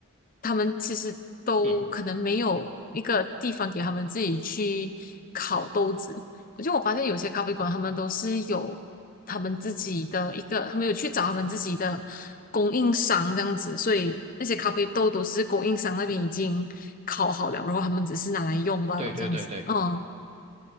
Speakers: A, on the left (about 40°); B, on the right (about 30°).
A: 他们其实都可能没有一个地方给他们自己去烤豆子。
B: 嗯。
A: 我是我发现有些咖啡馆，他们都是有他们自己的一个，他们有去找他们自己的供应商这样子，所以那些咖啡豆都是供应商那边已经烤好了，然后他们只是拿来用罢了这样子。
B: 对对对对
A: 嗯